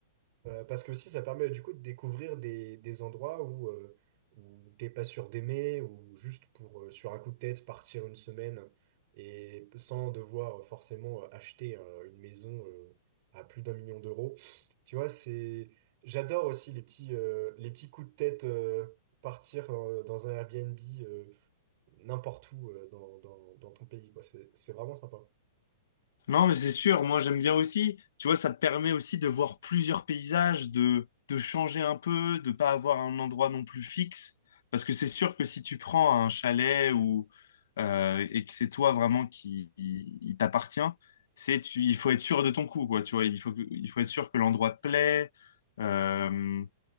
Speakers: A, on the right (about 35°); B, on the left (about 70°).
A: Euh, parce que aussi, ça permet du coup de découvrir des, des endroits où, euh, où t'es pas sûr d'aimer, ou juste pour, euh, sur un coup de tête, partir une semaine et sans devoir euh, forcément euh, acheter euh, une maison euh, à plus d'un million d'euros. Tu vois, c'est... J'adore aussi les petits, euh, les petits coups de tête, euh, partir euh, dans un Airbnb euh, n'importe où euh, dans, dans, dans ton pays, quoi. C'est, c'est vraiment sympa.
B: Non, mais c'est sûr, moi j'aime bien aussi. Tu vois, ça te permet aussi de voir plusieurs paysages, de, de changer un peu, de pas avoir un endroit non plus fixe. Parce que c'est sûr que si tu prends un chalet ou euh, et que c'est toi vraiment qui, qui- il t'appartient, c'est tu, il faut être sûr de ton coup, quoi. Tu vois, il faut, que- il faut être sûr que l'endroit te plaît. euh,